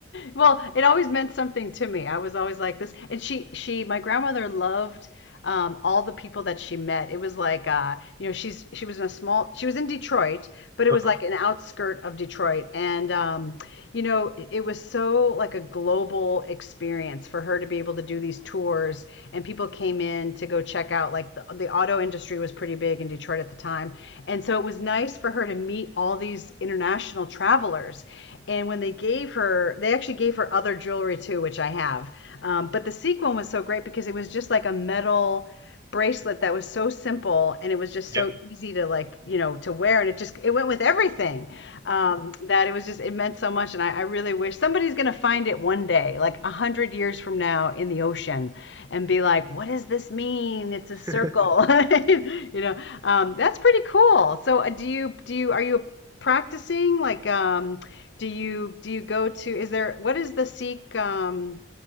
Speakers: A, on the left; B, on the right.
A: well, it always meant something to me. I was always like this, and she she my grandmother loved um, all the people that she met. It was like uh, you know she's she was in a small she was in Detroit, but it
B: Uh-huh.
A: was like an outskirt of Detroit, and um, you know it, it was so like a global experience for her to be able to do these tours, and people came in to go check out. Like the, the auto industry was pretty big in Detroit at the time. And so it was nice for her to meet all these international travelers. And when they gave her, they actually gave her other jewelry too, which I have. Um, but the sequin was so great because it was just like a metal bracelet that was so simple and it was just so
B: Yeah.
A: easy to like you know to wear and it just it went with everything um, that it was just it meant so much and I, I really wish somebody's gonna find it one day like a hundred years from now in the ocean and be like what does this mean it's a
B: <laughs>
A: circle <laughs> you know um, that's pretty cool so uh, do you do you are you practicing like um, do you do you go to is there what is the Sikh um,